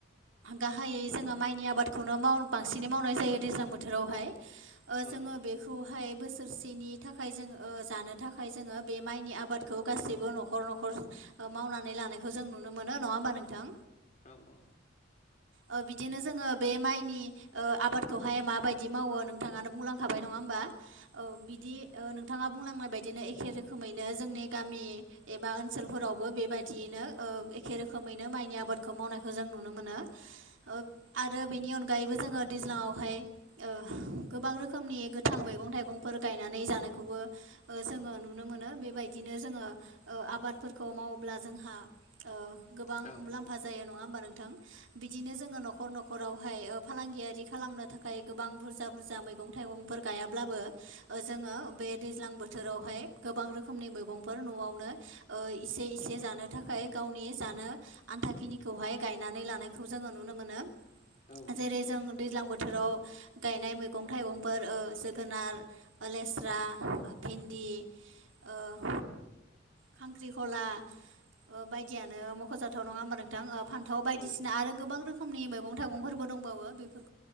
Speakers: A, on the right (about 75°); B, on the left (about 40°).
A: गाहायै जोङो माइनि आबादखौनो माव बांसिनै मावनाय जायो दैज्लां बोथोरावहाय ओ
B: औ
A: जोङो
B: औ
A: बेखौ हाय बोसोरसेनि थाखाय जों ओ जानो थाखाय जोङो बे माइनि आ बादखौ गासैबो नखर नखर मावनानै लानायखौ जों नुनो मोनो नङा होमबा नोंथां
B: औ औ
A: ओ बिदिनो जोङो बे माइनि ओ आबादखौहाय माबायदि मावो नोंथाङानो बुंलांखाबाय नङा होमबा। औ बिदि ओ नोंथाङा बुंलांनाय बायदिनो एखे रोखोमैनो जोंनि गामि एबा ओनसोलफोरावबो बेबायदियैनो ओ एखे रोखोमैनो माइनि आबादखौ मावनायखौ जों नुनो मोनो ओ आरो बेनि अनगायैबो जोङो दैज्लांयावहाय ओ गो बां रोखोमनि गोथां मैगं-थाइगंफोर गायनानै जानायखौबो जोङो नुनो मोनो ओ बेबायदि बिदिनो जोङो ओ आबादफोरखौ मावोब्ला जोंहा ओ गोबां
B: औ
A: मुलाम्फा जायो नङा होमबा नोंथां बिदिनो जोङो नखर न खरावहाय ओ फालांगियारि खालामनो थाखाय गोबां बुरजा बुरजा मैगं-थाइगंफोर गायाब्लाबो जोङो बे दैज्लां बोथोरावहाय गोबां रोखोमनि मै गंफोर न'आवनो इसे इसे जानो थाखाय गावनि जानो आन्थााखिनिखौहाय गाय गायनानौ लानायखौ जोंयो नुनो मोनो
B: औ
A: जेरै जों दैज्लां बोथोराव गायनाय मैगं-थाइगंफोर ओ जोगोनार लेस्रा-भेन्दि इ ओ खांख्रिखला ओ बायदियानो मख जाथाव नङा होमबा नोंथां ओ फान्थाव बायदिसिना
B: औ
A: आरो गोबां रोखोमनि मैगं थाइगंफोरबो दंबावो बेफोर